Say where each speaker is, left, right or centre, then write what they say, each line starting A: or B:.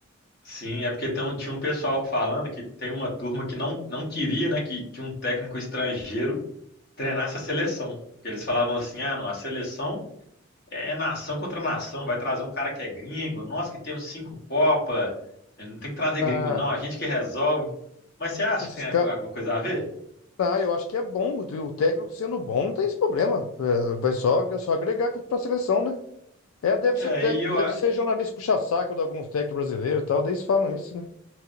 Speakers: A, on the left; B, on the left.
A: sim, é porque tem um- tinha um pessoal falando que tem uma turma que não, não queria, né, que, que um técnico estrangeiro treinasse a seleção. Porque Eles falavam assim, ah, não, a seleção É é nação contra nação, vai trazer um cara que é gringo, nós que temos cinco Copa, não tem que trazer
B: Ah,
A: gringo não, a gente que resolve. Mas você acha
B: esses
A: que tem
B: caras.
A: algu- alguma coisa a ver?
B: Ah, eu acho que é bom. O técnico sendo bom não tem esse problema. É, vai só, é só agregar pra seleção, né? É, deve
A: É,
B: ser tec...
A: e eu,
B: deve
A: a-
B: ser jornalista puxa-saco de alguns técnicos brasileiros e tal. Daí eles falam isso, né?